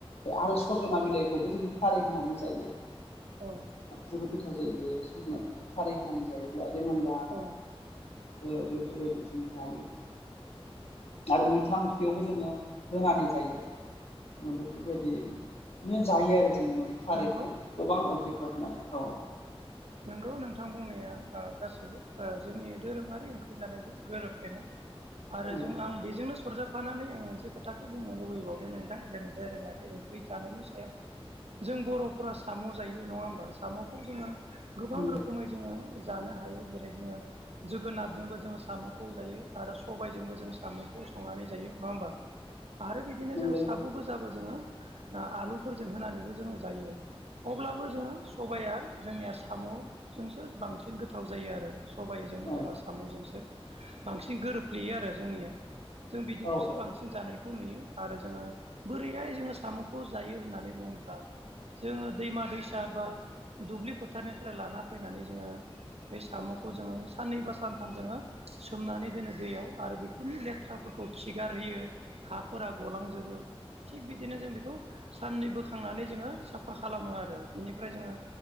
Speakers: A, on the left (about 80°); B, on the right (about 90°).
A: ओ आरो सजना बिलाइखौबो जोङो खारै होनानै जायो
B: औ
A: जोबोद गोथाव जायो बे सजना बिलाया खारै होनानै जायोब्ला रै मोनलाानो
B: औ
A: ओ बेफोरबायदि जों जायो आरो मैथा ओंख्रियावबो जोङो होनानै जायो ओ बेफोरबायदिनो जायो आरो जोङो माने खारैखौ
B: नंगौ नंगौ
A: गोबां ओंख्रिफ्रा होनानै औ
B: नोंगौ नोंथां बुंनाया गासैबो जोंनि दोरोङारि ओंख्रि जानायजों गोरोबफलेनाय आरो
A: औ
B: जों आं बेजोंनो सरजाब फानानै आं मोनसे खोथाखौ बुंनो लुुबैबावदों नोंदां जों दोरोङारि ओंख्रि जानायनि सायाव जों बर'फोरा साम' जायो नङा होमबा साम'खौ जोङो गोबां
A: नंगौ
B: रोखोमै जोङो जानो हायो जेरै जोङो जोगोनारजोंबो जोङो साम'खौ जायो आरो सबायजोंबो जों साम'खौ संनानै जायो नङा होमबा आरो बिदिनो
A: नंगौ
B: जों साब' गोजाबो जोङो आलुफोरजों होनानैबो जोङो जायो अब्लाबो जोङो सबाया जोंनिया साम'जोंसो बांसिन गोथाव जायो आरो सबायाइजों
A: औ
B: जेनबा साम'जोंसो बांसिन गोरोबफ्लेयो आरो जोंनिया जों बिदिखौसो
A: औ औ
B: बांसिन जानायखौ नुयो आरो जोङो बोरैहाय जोङो साम'खौ जायो होननानै बुङोब्ला जोङो दैमा दैसा बा दुब्लि फोथारनिफ्राय लाना फैनानै जोङो बे साम'खौ जोङो साननै बा सानथाम जोङो सोमनानै दोनो दैयाव आरो बेखौ खुनि लेथ्राफोरखौ खिगारहोयो हाफोरा गलांजोबो थिग बिदिनो जों बेखौ साननै बोखांनानै जोङो साफा खालामो आरो बेनिफ्राय जोङो